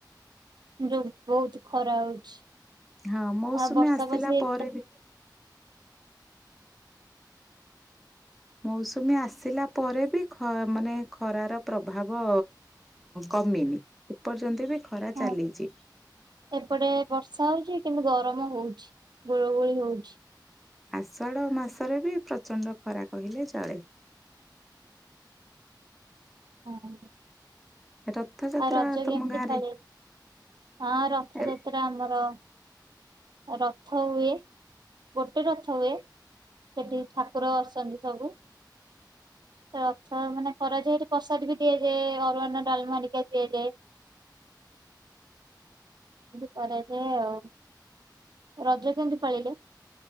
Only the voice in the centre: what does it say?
ହଁ ମୌସୁମୀ
ଆସିଲା
ପରେ ବି ମୌସୁମୀ ଆସିଲା ପରେ ବି ଖ ମାନେ ଖରାର ପ୍ରଭାବ କମିନି ଏପର୍ଯ୍ୟନ୍ତ ବି ଖରା
ଚାଲିଚି।
ଆଷାଢ ମାସରେ ବି ପ୍ରଚଣ୍ଡ ଖରା କହିଲେ ଚଳେ।
ରଥଯାତ୍ରା
ତମ
ଗାଁରେ
ଏ